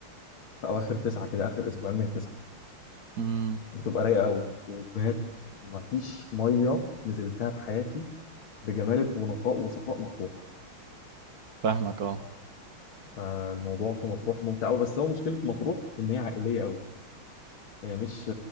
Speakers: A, on the left; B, on the right.
A: في اواخر تسعه كده اخر اسبوعين من تسعه
B: امم
A: بتبقى رايقه قوي وبجد مفيش ميه نزلتها في حياتي بجماله ونقاء وصفاء مطروح
B: فاهمك اه
A: فالموضوع في مطروح ممتع قوي بس هو مشكله مطروح ان هي عائليه قوي هي مش